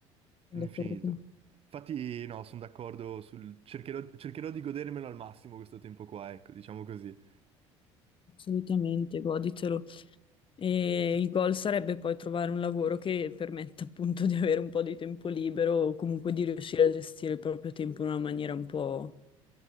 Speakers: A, on the left (about 35°); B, on the right (about 40°).
A: Sono
B: infinito.
A: d'accordo con te,
B: Infatti no, sono d'accordo sul... cercherò cercherò di godermelo al massimo questo tempo qua, ecco, diciamo così.
A: assolutamente, goditelo. E il goal sarebbe poi trovare un lavoro che permetta appunto di avere un po' di tempo libero o comunque di riuscire a gestire il proprio tempo in una maniera un po'